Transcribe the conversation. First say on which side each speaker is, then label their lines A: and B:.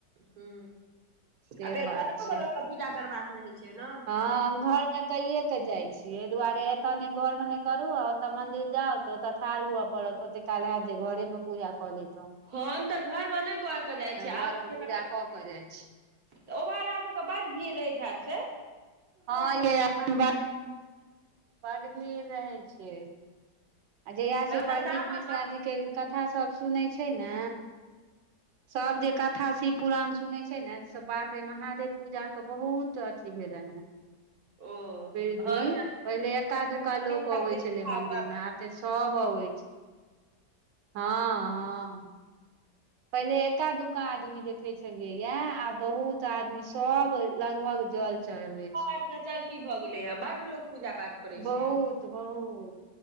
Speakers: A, on the right (about 60°); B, on the right (about 85°).
A: ह
B: से
A: आ फेर
B: बात
A: घरोमे
B: छै
A: लोकक पूजा करबाक रहै छै न
B: हँ हम घर मे कइये के जाइ छीयै एहि दुआरे एतऽ ने घर मे नहि करू ओ ओतऽ मंदिर जाउ तऽ ओतऽ ठाढ़ हुए पड़त ओते काल हैत जे घरे मे पूजा कऽ ल‌इतौ
A: ह हम तऽ घरमे नहि करिके जाइ छी आबै
B: घरमे
A: छी
B: पूजा
A: तखन करय
B: कऽ के
A: छियै
B: जाइ छी
A: तऽ ओम्हर अहाँ सबके बड भीड़ रहैत हेएत से
B: हँ यै अखन बड्ड भीड़ बड्ड भीड़ रहै छै। आ जहिया
A: तहन
B: से प्रदीप
A: तऽ सावन
B: मिश्रा
A: मे
B: जी के कथा सब सुनै छै न सब जे कथा शिव पुुरान सुनै छै ने सब बाप रे महादेव पूजा के बहुत अथी भेलनि हौ
A: ओ
B: बिरधी
A: हँ
B: पहिले
A: आ
B: एका
A: ताहि
B: दुक्का लोक
A: दुआरे
B: अबै छलै
A: आब
B: मंदिर मे आब तऽ सब अबै छै हँ हँ। पहिले एका दुका आदमी देखे छलियै या आब बहुत आदमी सब लगभग जल चढ़बै छै
A: <unintelligible> च ती भऽ गेलैय या बड लोक पूजा पाठ करै
B: बहुत
A: छै
B: बहुत